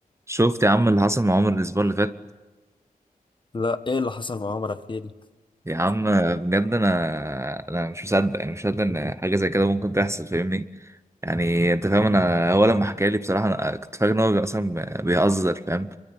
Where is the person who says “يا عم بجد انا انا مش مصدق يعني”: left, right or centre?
Right